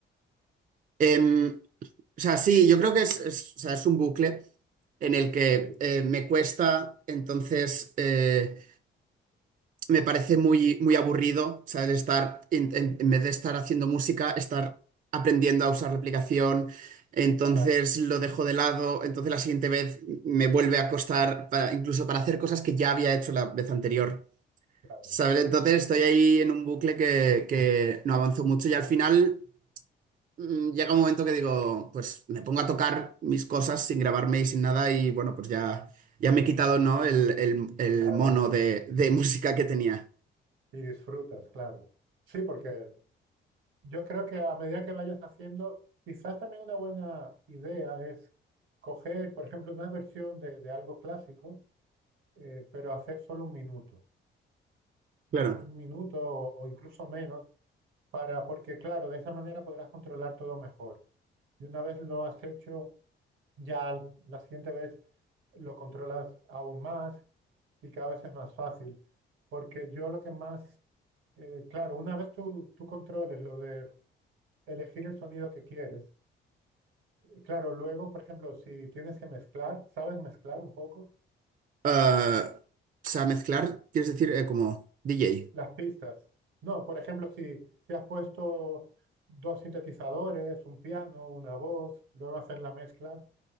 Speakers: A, on the right (about 45°); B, on the right (about 80°).
A: Em, o sea, sí, yo creo que es, es- o sea, es un bucle en el que
B: Sí,
A: eh, me cuesta, entonces... eh, me parece muy, muy aburrido, ¿sabes? Estar, en, en- en vez de estar haciendo música, estar aprendiendo a usar la aplicación. Entonces
B: exacto,
A: lo dejo de lado. Entonces la siguiente vez me vuelve a costar, para, incluso para hacer cosas que ya había hecho la vez anterior.
B: claro.
A: ¿Sabes? Entonces estoy ahí en un bucle que, que no avanzo mucho y al final mm, llega un momento que digo, pues me pongo a tocar mis cosas sin grabarme y sin nada y bueno, pues ya, ya me he quitado, ¿no? El, el- el
B: <laughs>
A: mono de de música que tenía.
B: Y disfrutas, claro. Sí, porque yo creo que a medida que vayas haciendo, quizás también una buena idea es coger, por ejemplo, una versión de, de algo clásico, eh, pero hacer solo un minuto,
A: Claro.
B: un un minuto o incluso menos Para, porque claro, de esa manera podrás controlar todo mejor. Y una vez lo has hecho, ya al- la siguiente vez lo controlas aún más y cada vez es más fácil. Porque yo lo que más, eh, claro, una vez tú, tú controles lo de elegir el sonido que quieres, claro, luego, por ejemplo, si tienes que mezclar, ¿sabes mezclar un poco?
A: Ah, o sea, mezclar, quieres decir, eh, como DJ.
B: Las pistas. No, por ejemplo, si, si has puesto dos sintetizadores, un piano, una voz, luego hacer la mezcla.